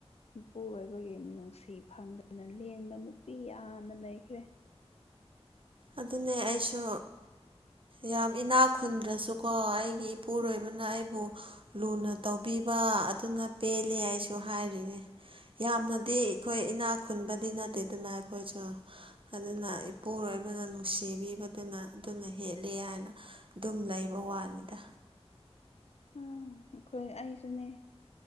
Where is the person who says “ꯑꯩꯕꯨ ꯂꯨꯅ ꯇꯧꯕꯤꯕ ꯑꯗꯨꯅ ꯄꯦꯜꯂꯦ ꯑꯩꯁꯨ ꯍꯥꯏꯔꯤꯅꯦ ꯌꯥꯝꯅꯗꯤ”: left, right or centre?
Right